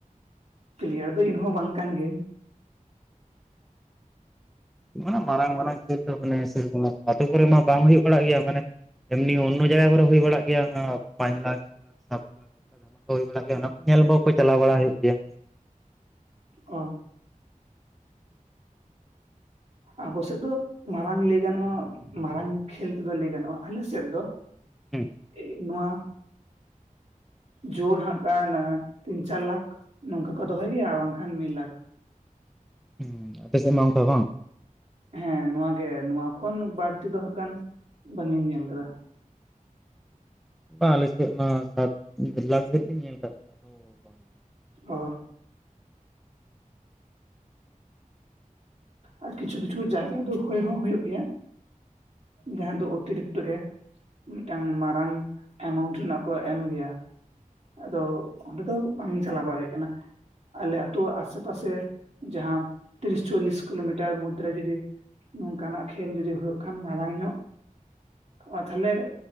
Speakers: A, on the right; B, in the centre.
A: ᱯᱞᱤᱭᱟᱨ ᱫᱚ ᱤᱧᱦᱚᱸ ᱵᱟᱝ ᱠᱟᱱ ᱜᱤᱭᱟᱹᱧ᱾
B: ᱢᱟᱱᱮ ᱢᱟᱨᱟᱝ ᱢᱟᱨᱟᱝ ᱠᱷᱮᱞ ᱫᱚ ᱢᱟᱱᱮ ᱨᱮᱠᱚᱢᱟᱜ ᱫᱚ ᱟᱛᱳ ᱠᱚᱨᱮ ᱢᱟ ᱵᱟᱝ ᱦᱩᱭᱩᱜ ᱵᱟᱲᱟᱜ ᱜᱮᱭᱟ ᱢᱟᱱᱮ ᱮᱢᱱᱤ ᱚᱱᱱᱚ ᱡᱟᱭᱜᱟ ᱠᱚᱨᱮ ᱦᱩᱭ ᱵᱟᱲᱟᱜ ᱜᱮᱭᱟ ᱚᱱᱟ ᱯᱟᱸᱪ ᱞᱟᱠᱷ, ᱪᱷᱚ ᱞᱟᱠᱷ, ᱥᱟᱛ ᱞᱟᱠᱷ ᱞᱮᱠᱟ ᱫᱷᱟᱢᱟᱠᱟ ᱠᱚ ᱦᱩᱭ ᱵᱟᱲᱟᱜ ᱜᱮᱭᱟ ᱚᱱᱟ ᱠᱚ ᱧᱮᱞ <unintelligible> ᱪᱟᱞᱟᱣ ᱵᱟᱲᱟ ᱦᱩᱭᱩᱜ ᱜᱮᱭᱟ᱾
A: ᱚ᱾ ᱟᱵᱚ ᱥᱮᱫ ᱫᱚ ᱢᱟᱨᱟᱝ ᱞᱟᱹᱭ ᱜᱟᱱᱚᱜᱼᱟ ᱢᱟᱨᱟᱝ ᱠᱷᱮᱞ ᱛᱮᱫᱚ ᱞᱟᱹᱭ ᱜᱟᱱᱚᱜᱼᱟ᱾ ᱟᱞᱮ ᱥᱮᱫ ᱫᱚ
B: ᱦᱩᱸ
A: ᱮᱜ ᱱᱚᱣᱟ ᱡᱳᱨ ᱦᱟᱸᱜ ᱛᱟᱦᱮᱸᱱᱟ ᱛᱤᱱ, ᱪᱟᱨ ᱞᱟᱠᱷ, ᱱᱚᱝᱠᱟ ᱠᱚ ᱫᱚᱦᱚᱭ ᱜᱮᱭᱟ ᱟᱨ ᱵᱟᱝᱠᱷᱟᱱ ᱢᱤᱫ ᱞᱟᱠᱷ᱾
B: ᱦᱩᱸ ᱟᱯᱮ ᱥᱮᱫ ᱢᱟ ᱚᱝᱠᱟ ᱵᱟᱝ?
A: ᱦᱮᱸ ᱱᱚᱣᱟ ᱜᱮ, ᱱᱚᱣᱟ ᱠᱷᱚᱱ ᱵᱟᱹᱲᱛᱤ ᱫᱚ ᱦᱟᱸᱜ ᱠᱟᱱ ᱵᱟᱝ ᱤᱧ ᱧᱮᱞ ᱠᱟᱫᱟ ᱾
B: ᱵᱟᱝ ᱟᱞᱮ ᱥᱮᱫ ᱢᱟ ᱥᱟᱛ ᱞᱟᱠᱷ ᱫᱷᱟᱨᱤᱡ ᱧᱮᱞ ᱠᱟᱜ ᱜᱮᱭᱟ᱾ ᱟᱫᱚ ᱵᱟᱝ
A: ᱚ᱾ ᱟᱨ ᱠᱤᱪᱷᱩ ᱠᱤᱪᱷᱩ ᱡᱟᱭᱜᱟ ᱫᱚ ᱦᱩᱭ ᱦᱚᱸ ᱦᱩᱭᱩᱜ ᱜᱮᱭᱟ, ᱡᱟᱦᱟᱸ ᱫᱚ ᱚᱛᱤᱨᱤᱠᱛᱚ ᱜᱮ ᱢᱤᱫᱴᱟᱝ ᱢᱟᱨᱟᱝ ᱮᱢᱟᱣᱩᱱᱴ ᱨᱮᱱᱟᱜ ᱠᱚ ᱮᱢ ᱜᱮᱭᱟ᱾ ᱟᱫᱚ ᱚᱸᱰᱮ ᱫᱚ ᱵᱟᱝ ᱪᱟᱞᱟᱣ ᱵᱟᱲᱟ ᱦᱩᱭ ᱠᱟᱱᱟ᱾ ᱟᱞᱮ ᱟᱛᱩᱣᱟᱜ ᱟᱥᱮ ᱯᱟᱥᱮ, ᱡᱟᱦᱟᱸ ᱛᱤᱨᱤᱥ, ᱪᱚᱞᱞᱤᱥ ᱠᱤᱞᱳᱢᱤᱴᱟᱨ ᱢᱩᱫᱽ ᱨᱮ ᱡᱩᱫᱤ, ᱱᱚᱝᱠᱟᱱᱟᱜ ᱠᱷᱮᱞ ᱡᱩᱫᱤ ᱦᱳᱭᱳᱜ ᱠᱷᱟᱱ ᱢᱟᱲᱟᱝ ᱧᱚᱜ ᱚᱱᱟ ᱛᱟᱦᱞᱮ